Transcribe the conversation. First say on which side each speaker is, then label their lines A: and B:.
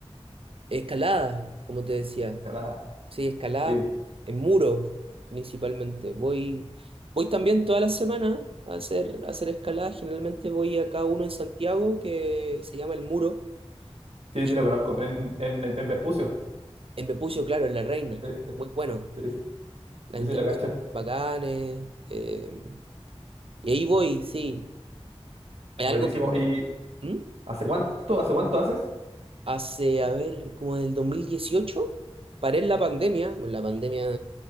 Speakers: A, on the right (about 60°); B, on the right (about 75°).
A: escalada, como te decía.
B: Escalada.
A: Sí, escalada
B: Sí,
A: en muro, principalmente. Voy, voy también todas las semanas a hacer, a hacer escalada. Generalmente voy a cada uno en Santiago que se llama El Muro.
B: sí,
A: Y
B: sí lo conozco. En, en, en Vespucio.
A: en Bepucio, claro, en La Reina.
B: Sí, sí,
A: Muy bueno.
B: sí. sí.
A: las
B: Sí,
A: instalaciones
B: sí, lo cacho.
A: son bacanes. eh, y ahí voy, sí. Es
B: Buenísimo.
A: algo que
B: ¿Y
A: ¿Mm?
B: hace cuánto, hace cuánto haces?
A: hace, a ver, como en el 2018 paré en la pandemia. Bueno, la pandemia,